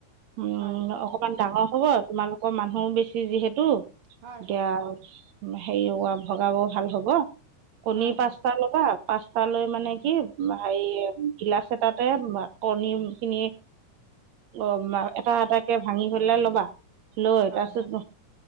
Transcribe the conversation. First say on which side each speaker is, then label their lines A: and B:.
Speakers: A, on the right; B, on the right.
A: উম,
B: হয়
A: অকমান ডাঙৰ হব তোমালোকৰ মানুহ বেছি যিহেতু
B: হয়
A: এতিয়া
B: হয়
A: হেৰি ৱা ভগাব ভাল হব কণী
B: হয় হয়
A: পাঁচটা ল'বা পাঁচতা লৈ মানে কি হেৰি গিলাচ এ তাতে কণী খিনি অ', এটা এটাকে ভাঙি হলে ল'বা। লৈ
B: হয়
A: তাৰপিছত
B: হয়